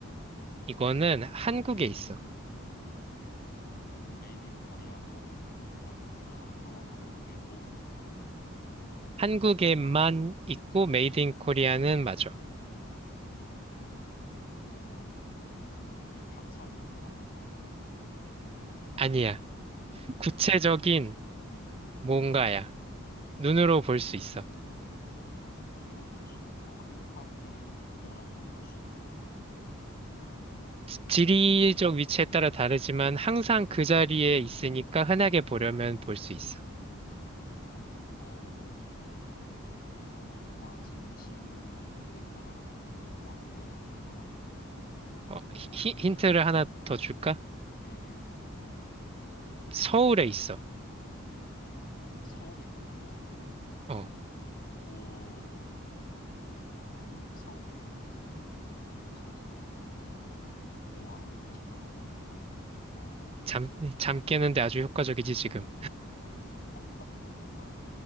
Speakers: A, on the right; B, on the left.
A: 이거는 한국에
B: 음.
A: 있어.
B: 메이드 인 코리아고 한국에서 가장 유명한 거야? 아니면 한국에 도 있는 거야?
A: 한국에만 있고 메이드 인 코리아는 맞아.
B: 음, 방사능은 아닌 거고,
A: 아니야.
B: 음,
A: 구체적인
B: 음,
A: 뭔가야. 눈으로 볼
B: 음,
A: 수 있어.
B: 눈으로 볼 수 있고, 흔하게 보라면 볼 수 있고,
A: 지리적
B: 어,
A: 위치에 따라 다르지만 항상
B: 음,
A: 그 자리에 있으니까 흔하게 보려면 볼 수 있어.
B: 음. 어, 와, 지금 질문이 네개가 남았는데, 이거, 와, 되게 어려운데, 이거.
A: 어,
B: 어,
A: 히- 힌트를 하나 더 줄까?
B: 음, 음, 음.
A: 서울에 있어.
B: 서울에 있다고?
A: 어,
B: 오, 서울에 있고, 방어적으로 쓸수 있고. 와, 이거 정말 모르겠는데. 어,
A: 잠, 잠 깨는데 아주 효과적이지, 지금.
B: 그러니까 <laughs> 와